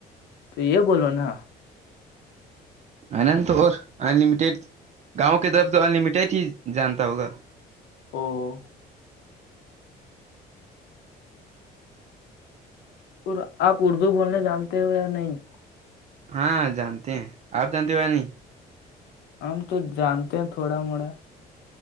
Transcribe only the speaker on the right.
آند تو اور ان لمیٹیڈ گاؤں کی طرف تو انلمیٹیڈ ہی جانتا ہوگا
ہاں جانتے ہیں آپ جانتے ہو ب نہیں